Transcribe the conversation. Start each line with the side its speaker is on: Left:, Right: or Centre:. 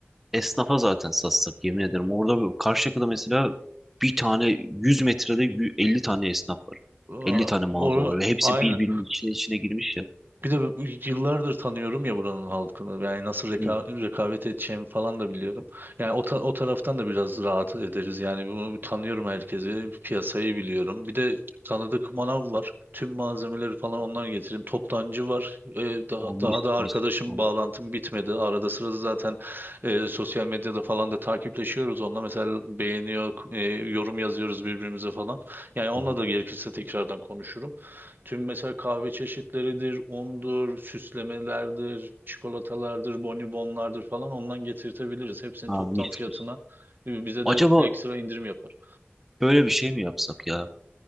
Centre: Esnafa zaten satsak yemin ederim. Orada bir- Karşıyaka'da mesela bir tane 100 metrede yü- 50 tane esnaf var.
Right: Aa,
Centre: 50 tane mağaza
Right: Onu,
Centre: var ve hepsi
Right: aynen.
Centre: birbirinin içine içine girmiş ya.
Right: Bir de bu- yıllardır tanıyorum ya buranın halkını. Yani nasıl reka-
Centre: Hı hı.
Right: rekabet edeceğimi falan da biliyorum. Yani o, ta- o taraftan da biraz rahat ederiz. Yani bunu bir tanıyorum herkesi. Piyasayı biliyorum. Bir de tanıdık manav var. Tüm malzemeleri falan ondan getireyim. Toptancı var. Ee, daha,
Centre: Aa,
Right: daha
Centre: mis
Right: da arkadaşım
Centre: mis. Vallahi.
Right: bağlantım bitmedi. Arada sırada zaten e, sosyal medyada falan da takipleşiyoruz onunla. Mesela beğeniyor, e, yorum yazıyoruz birbirimize falan. Yani onunla
Centre: Hı hı.
Right: da gerekirse tekrardan konuşurum. Tüm mesela kahve çeşitleridir, undur, süslemelerdir, çikolatalardır, bonibonlardır falan ondan getirtebiliriz. Hepsini toptan
Centre: Aa, mis
Right: fiyatına
Centre: mis.
Right: e, bize de
Centre: Acaba
Right: ekstra indirim yapar.
Centre: böyle bir şey mi yapsak ya?